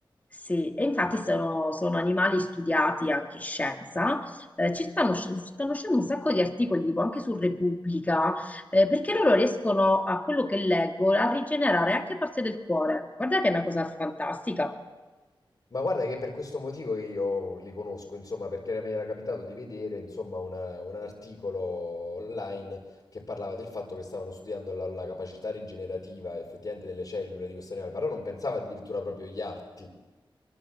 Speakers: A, on the left (about 20°); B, on the left (about 50°).
A: sì. E infatti sono, sono animali studiati anche in scienza. Eh, ci stanno, sc- stanno uscendo un sacco di articoli, tipo anche su Repubblica, eh, perché loro riescono, a quello che leggo, a rigenerare anche parte del cuore. Guarda che è una cosa fantastica.
B: Ma guarda che è per questo motivo che io li conosco, insomma, perché mi era capitato di vedere, insomma, una- un articolo online che parlava del fatto che stavano studiando la, la capacità rigenerativa effettivamente delle cellule di questo animale, però non pensavo addirittura proprio agli arti.